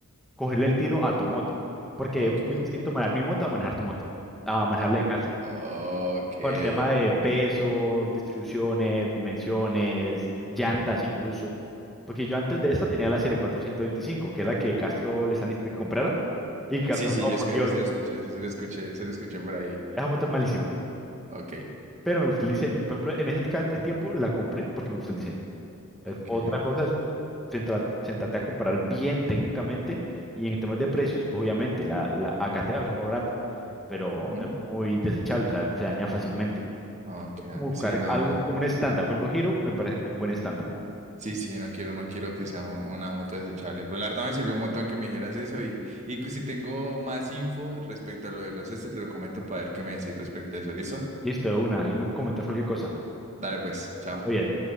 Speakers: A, in the centre; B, on the right.
A: cogerle el tiro a tu moto, porque
B: ok,
A: es muy distinto
B: ok.
A: manejar mi moto a manejar tu moto, a manejarle
B: Oh,
A: de caso.
B: ok,
A: Por el tema de
B: ok.
A: peso, distribuciones, dimensiones, llantas incluso. Porque yo
B: oh.
A: antes de esta tenía la serie 425, que es la que Castro le están diciendo que comprara. Y Castro,
B: Sí, sí,
A: no,
B: yo
A: por
B: es que
A: Dios,
B: eso sí lo escuché, eso sí lo escuché, se lo escuché por ahí.
A: esa moto es malísima.
B: Ok,
A: Pero me gustó el diseño. Por ejemplo, en ese ca- tiempo la compré porque me gustó el diseño.
B: ok,
A: Es- otra cosa
B: ok.
A: es centra- centrarte a comprar bien técnicamente y en temas de precios, pues obviamente la, la acate va a ser más barata, pero
B: Ujú.
A: es muy desechable, o sea, se daña fácilmente.
B: Ok, ok,
A: Como Buscar
B: sí, no,
A: algo
B: no.
A: como un estándar, por ejemplo, Hero me parece que tiene un buen estándar.
B: Sí, sí, no quiero, no quiero que sea un- una moto desechable. Pero la verdad me sirvió un montón que me dijeras eso y, y cu- si tengo más info respecto a lo de los este, te lo comento para ver qué me decís respecto a eso, ¿listo?
A: Listo, de una, ahí me comentas cualquier cosa.
B: Dale pues, chao.
A: Todo bien.